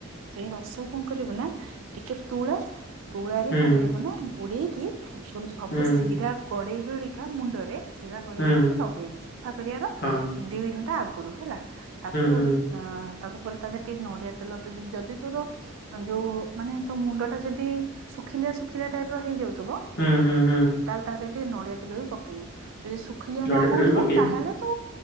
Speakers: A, on the right (about 70°); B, on the left (about 50°).
A: ସେଇ ରସକୁ କଣ କରିବୁନା, ଟିକେ ତୁଳା, ତୁଳାରେ
B: ହୁଁ ହୁଁ
A: କଣ କରିବୁନା ବୁଡେଇକି ସବୁ
B: ହୁଁ
A: ଶିରା କଡେଇ ଗୁରିକା ମୁଣ୍ଡରେ ଶିରା ଗଡେଇ
B: ହୁଁ
A: ଗଡେଇକା ଲଗେଇବୁ। ସଫା କରିବାର
B: ହଁ ହୁଁ
A: ଦୁଇ ଘଣ୍ଟା ଆଗରୁ, ହେଲା। ତାକୁ
B: ହୁଁ ହୁଁ
A: ଆ ତାକୁ ପୁଣି ତା ଦେହରେ ଟିକେ ନଡିଆ ତେଲ, ତୁ ଯଦି ତୋର ମାନେ ଯୋଉ ମାନେ ତୋ ମୁଣ୍ଡଟା ଯଦି ଶୁଖିଲିଆ ଶୁଖିଲିଆ ଟାଇପର ହେଇଯାଉଉଥିବ।
B: ହୁଁ ହୁଁ।
A: ତାହେଲେ ତା ଦେହରେ ଟିକେ ନଡିଆ ତେଲ ବି ପକେଇବୁ। ଯଦି ଶୁଖିଲିଆ
B: ନଡ଼ିଆ
A: ନ ହଉଥିବ
B: ତେଲ ବି ପକେଇବି
A: ତାହେଲେ ତୁ